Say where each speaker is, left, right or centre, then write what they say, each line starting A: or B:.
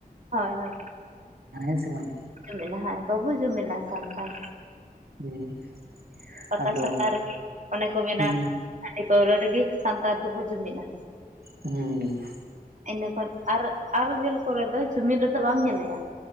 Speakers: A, on the right; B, on the right.
A: ᱦᱳᱭ ᱦᱳᱭ
B: ᱦᱮᱸ ᱥᱮ ᱵᱟᱝ
A: ᱡᱮᱫ ᱱᱟ ᱦᱚᱭ ᱵᱟᱹᱵᱩ ᱡᱩᱢᱮᱫ ᱱᱟ ᱥᱟᱱᱛᱟᱲ
B: ᱦᱮᱸ
A: ᱯᱟᱛᱟ
B: ᱟᱫᱚ
A: ᱪᱷᱟ ᱛᱟ ᱨᱮ ᱜᱮ ᱚᱱᱮ ᱠᱚ ᱢᱮ
B: ᱦᱩᱸ
A: ᱱᱟ ᱦᱟᱹᱰᱤ ᱯᱟᱹᱣᱨᱟᱹ ᱨᱮ ᱜᱮ ᱥᱟᱱ ᱛᱟᱲ ᱫᱚ ᱵᱚ ᱡᱩᱢᱤᱫᱼᱟ᱾
B: ᱦᱩᱸ
A: ᱤᱱᱟᱹ ᱠᱷᱚᱱ ᱟᱨ ᱟᱨ ᱜᱮᱞ ᱠᱚᱨᱮ ᱫᱚ ᱡᱩᱢᱤᱫ ᱨᱮ ᱫᱚ ᱵᱟᱢ ᱧᱮᱞᱮ ᱭᱟ